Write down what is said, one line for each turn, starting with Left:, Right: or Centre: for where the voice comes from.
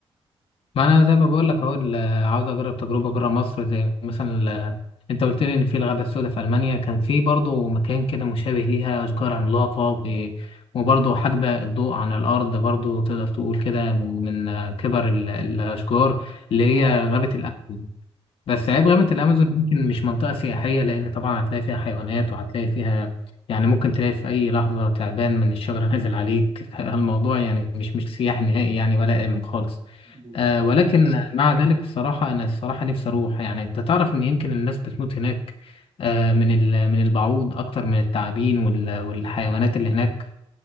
Left: ما انا زي ما بقول لك اهو ال- عاوز اجرب تجربه بره مصر زي مثلا ال- انت قلت لي ان في الغابه السوداء في المانيا كان في برضو مكان كده مشابه ليها اشجار عملاقه و- وبرضو حاجبه الضوء عن الارض برضو تقدر تقول كده من من، آه، كبر ال- الاشجار اللي
Right: اه
Left: هي غابه الامن بس عيب
Right: ايوه
Left: غابة
Right: ايوه
Left: الأمازون يمكن مش منطقة سياحية لأن طبعا هتلاقي فيها حيوانات وهتلاقي فيها يعني ممكن تلاقي في أي لحظة تعبان من الشجرة نازل عليك <laughs> فالموضوع يعني مش مش سياحي نهائي يعني ولا آمن خالص
Right: بالظبط
Left: آه ولكن
Right: فاهم.
Left: مع ذلك الصراحة أنا الصراحة نفسي أروح يعني أنت تعرف إن يمكن الناس بتموت هناك آه من ال- من البعوض أكتر من التعابين وال- والحيوانات اللي هناك